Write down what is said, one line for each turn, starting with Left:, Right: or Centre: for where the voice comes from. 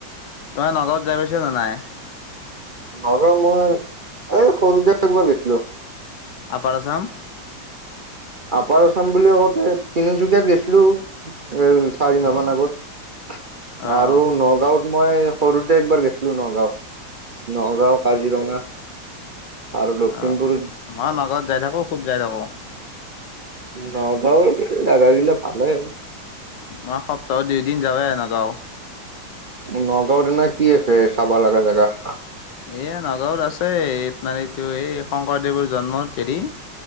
Left: তই নগাঁওত যাই পাইছা'নে নাই ।
Right: নৰ মই এই সৰুতে একবাৰ গৈছিলো।
Left: আপাৰ আসাম।
Right: আপাৰ আছাম বুলি আতে তিনিচুকীয়াত গৈছিলো। এ চাৰি মাহ
Left: অ',
Right: মান আগত
Left: অ',
Right: আৰু নগাঁওত--। মই সৰুতে একবাৰ গৈছিলো নগাঁওত। নগাঁও, কাজিৰঙা। আৰু লখিমপুৰত
Left: আহ মই মাজত যাই থাকো খুত যাই থাকো।
Right: নগাঁওত নাগা গিলা ভালে।
Left: মই সপ্তাহত এদিন যাওঁৱে নগাঁও।
Right: নগাঁওত এনে কি আছে চাবা লাগা জেগা ।
Left: এয়া নগাঁৱত আছে আপোনাৰ এইটো এই শংকৰদেৱৰ জন্মত হেৰি।